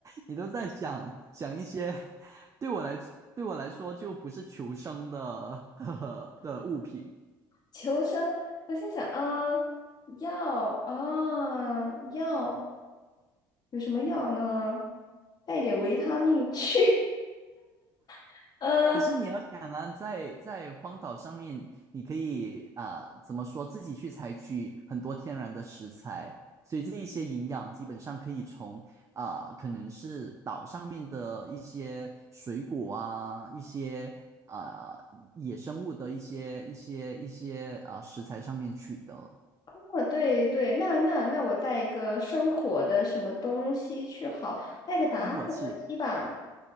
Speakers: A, on the right; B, on the left.
A: 你都在想想一些，对我来对我来说就不是求生的的的物品。
B: 求生。我心想啊，药啊药，有什么药呢？带一点维他命去。<laughs> 呃，
A: 可是你要想啊，在在荒岛上面，你可以啊、怎么说，自己去采取很多天然的食材，所以这一些营养基本上可以从啊、可能是岛上面的一些水果啊，一些啊、野生物的一些一些一些啊、食材上面取得。
B: 哦对对，那那那我带一个生火的什么东西去好，带个打火机吧。
A: 生火器、